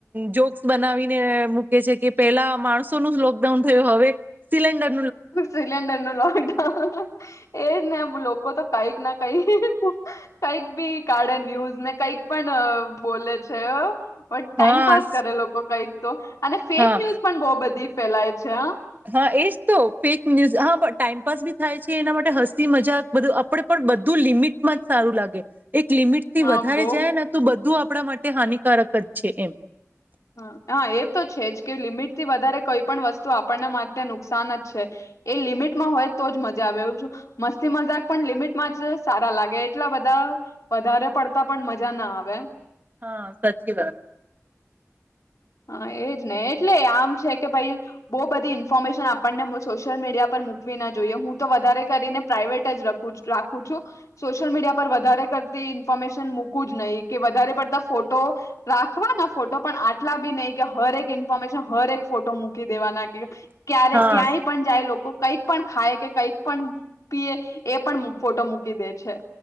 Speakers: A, on the right; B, on the left.
A: જોક્સ બનાવીને મૂકે છે કે પેલા માણસોનું જ લોકડાઉન થયું હવે સિલેડર
B: સિલિન્ડર નું લોકડાઉન. એજ ને લોકો તો કઈક ના કઈ કઈક બી કાળે ન્યૂઝ ને કઈક પણ બોલે છે. બ ટાઈમપસ
A: હા
B: કરે લોકો કઈ તો. અને ફેક
A: હા
B: ન્યુઝ પણ બહુ બધી ફેલાય છે.
A: હા. એજ તો ફેક ન્યૂઝ હા પણ ટાઈમપાસ બી થાય છે, એના માટે હસી મજાક બધું આપણે પણ બધું લિમિટમાં જ સારું લાગે. એક લિમિટ થી
B: હા
A: વધારે
B: બહુ
A: જાય ને તો બધું આપણા માટે હાનિકારક જ છે એમ.
B: હ. હા. એ તો છે જ કે, લિમિટ થી વધારે કોઈ પણ વસ્તુ આપણને માટે નુકસાન જ છે, એ લિમિટમાં હોય તો જ મજા આવે એ મસ્તી મજાક પણ લિમિટમાં જ સારા લાગે એટલા બધા વધારે પડતા પણ મજા ના આવે.
A: હા. સાચી વાત.
B: હા એ જ ને. એટલે આમ છે કે ભાઈ બહુ બધી ઇન્ફોર્મેશન આપણને સોશિયલ મીડિયા પર મૂકવી ના જોઈએ, હું તો વધારે કરીને પ્રાઇવેટ જ રાખું છું. સોશિયલ મીડિયા પર વધારે કરતી ઇન્ફોર્મેશન મૂકું જ નહી, કે વધારે પડતા ફોટો રાખવાના ફોટો પણ આટલા બી નહી, કે હરેક ઇન્ફોર્મેશન હરેક ફોટો મૂકી દેવા ના કે ક્યારે
A: હા
B: ક્યાંય પણ જાય લોકો કંઈક પણ ખાય કે કંઈક પણ પીએ એ પણ ફોટો મૂકી દે છે.